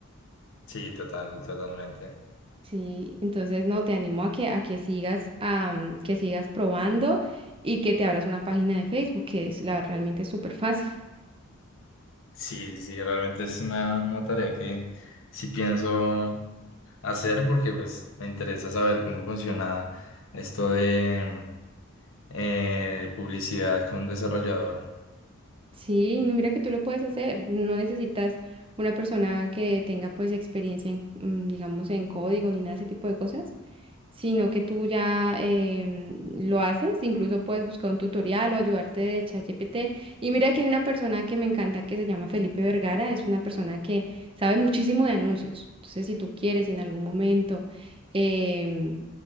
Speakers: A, on the left; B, on the right.
A: Sí, total, totalmente.
B: Sí, entonces no, te animo a que, a que sigas, am, que sigas probando y que te abras una página de Facebook, que es la realmente es súper fácil.
A: Sí, sí, sí, realmente es una, una tarea que sí pienso hacer porque pues me interesa saber cómo funciona esto de mm, eh, publicidad con desarrollador.
B: Sí, no, mira que tú lo puedes hacer. No necesitas una persona que tenga pues experiencia en, mm, digamos, en código ni nada de ese tipo de cosas. sino que tú ya em, lo haces, incluso puedes buscar un tutorial o ayudarte de ChatGPT. Y mira que hay una persona que me encanta que se llama Felipe Vergara, es una persona que sabe muchísimo de anuncios. Entonces, si tú quieres si en algún momento, em,